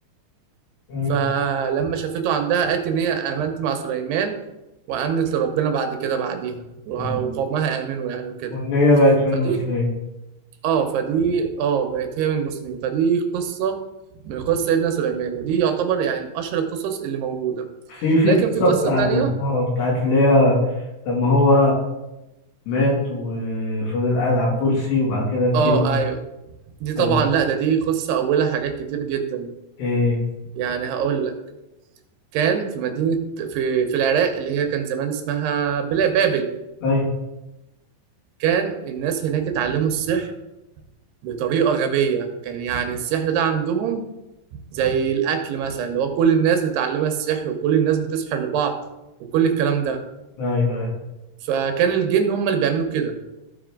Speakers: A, on the left; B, on the right.
A: امم
B: فلما شافته عندها قالت ان هي امنت مع سليمان وامنت لربنا بعد كده بعديها وع-
A: وال-
B: وقومها امنوا يعني وكده
A: والنية بقت من
B: فدي
A: المسلمين
B: اه فدي اه بقت هي من المسلمين فدي قصه من قصه سيدنا سليمان ودي يعتبر يعني من اشهر القصص اللي موجوده
A: في في
B: لكن
A: قصة
B: في قصه
A: بتاع
B: تانية
A: ال- اه بتاعت اللي هي لما هو مات وفضل قاعد على الكرسي وبعد كده الجن
B: اه ايوه دي طبعا
A: اه
B: لا ده دي قصه اولها حاجات كتير جدا
A: ايه
B: يعني هقول لك كان في مدينه في في العراق اللي هي كان زمان اسمها بلا- بابل
A: ايوه
B: كان الناس هناك اتعلموا السحر بطريقة غبية كان يعني السحر ده عندهم زي الأكل مثلا اللي هو كل الناس بتعلمها السحر وكل الناس بتسحر لبعض وكل الكلام ده
A: ايوه ايوه
B: فكان الجن هم اللي بيعملوا كده